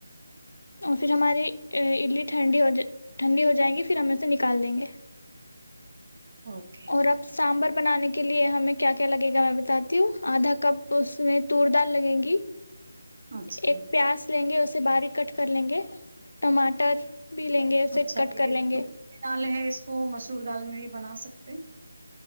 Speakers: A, on the left (about 70°); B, on the right (about 30°).
A: اور پھر ہماری اڈلی ٹھنڈی ہو جائے ٹھنڈی ہو جائیں گی پھر ہم اسے نکال دیں گے
B: اوکے
A: اور اب سامبھر بنانے کے لیے ہمیں کیا کیا لگے گا میں بتاتی ہوں آدھا کپ اس میں تور دال لگیں گی
B: اچھا
A: ایک
B: جی
A: پیاز لیں گے اسے باریک کٹ کر لیں گے ٹماٹر بھی لیں گے اسے
B: اچھا
A: کٹ
B: یہ
A: کر
B: جو
A: لیں گے
B: تم دال ہے اس کو مسور دال میں بھی بنا سکتے